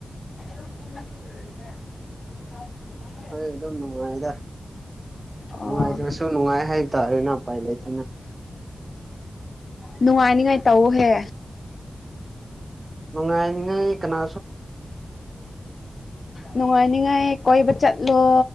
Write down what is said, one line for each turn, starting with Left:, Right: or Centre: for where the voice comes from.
Left: <unintelligible>
Right: ꯍꯣꯏ ꯑꯗꯨꯝ ꯅꯨꯡꯉꯥꯏꯗ
Left: ꯑꯣ
Right: ꯅꯨꯡꯉꯥꯏꯇ꯭ꯔꯁꯨ ꯅꯨꯡꯉꯥꯏ ꯍꯥꯏꯇꯥꯥꯔꯦꯅꯦ ꯎꯄꯥꯏ ꯂꯩꯇꯅ
Left: ꯅꯨꯡꯉꯥꯏꯅꯤꯉꯥꯏ ꯇꯧꯑꯣꯍꯦ
Right: ꯅꯨꯡꯉꯥꯏ ꯅꯤꯡꯉꯥꯏ ꯀꯅꯥ
Left: ꯅꯨꯡꯉꯥꯏꯅꯤꯡꯉꯥꯏ ꯀꯣꯏꯕ ꯆꯠꯂꯣ